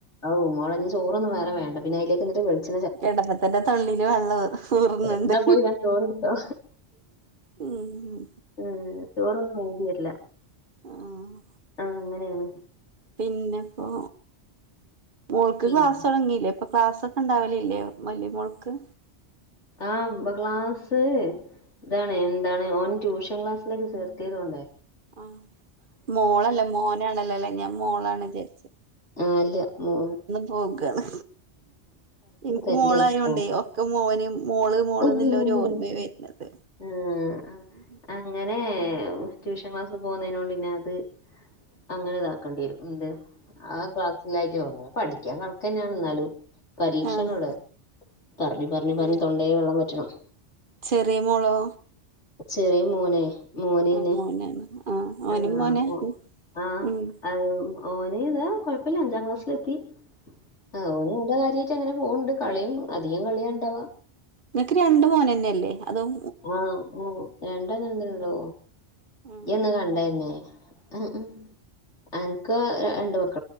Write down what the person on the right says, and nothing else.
എടപ്പത്തിന്റെ തള്ളിയില് വെള്ളം ഊർന്നുണ്ട്
ഉം
ആഹ്
പിന്നെപ്പോ മുക്ക്
ക്ലാസ് തുടങ്ങിയില്ലേ അപ്പൊ ക്ലാസ് ഒക്കെണ്ടാവലല്ലേ വലിയ മോൾക്ക്
ആഹ് മോളല്ലേ മോനാണല്ലോ അല്ലേ ഞാൻ മോളാണ് വിചാരിച്ച്
മോക്കാണ് എനിക്ക്
മോളായോണ്ടേ
ഒക്കെ മോന് മോള്
മോള്ന്നില്ല ഒരു ഓർമ്മ വരുന്നത്
ഉം
ആഹ്
ആഹ്
ചെറിയ മോളോ
ആ മോനാണ് ആഹ് ഓനും
മോനാ
ഉം
നിക്ക് രണ്ട് മോൻ തന്നെയല്ലേ അതും
ആഹ്